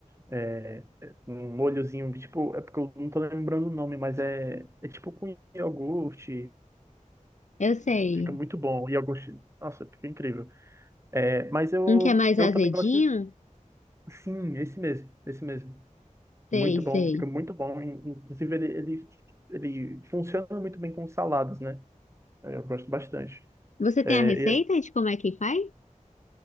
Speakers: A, on the right; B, on the left.
A: É, um molhozinho, tipo, é porque eu não tô lembrando o nome, mas é, é tipo com iogurte.
B: Eu sei.
A: Fica muito bom. E eu gosto. Nossa, fica incrível. É, mas eu,
B: Um que é mais
A: eu
B: azedinho?
A: também gosto. Sim, esse mesmo. Esse mesmo. Muito
B: Sei,
A: bom.
B: sei.
A: Fica muito bom. In- Inclusive, ele, ele, ele funciona muito bem com saladas, né? Eu gosto bastante.
B: Você tem
A: É,
B: a receita de como é que faz?